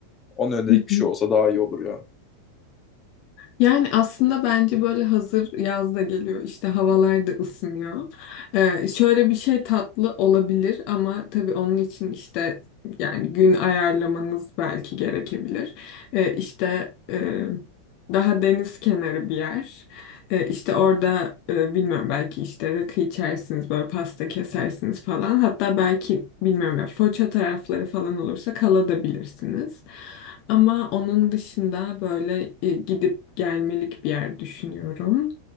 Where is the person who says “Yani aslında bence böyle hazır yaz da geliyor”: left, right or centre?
Left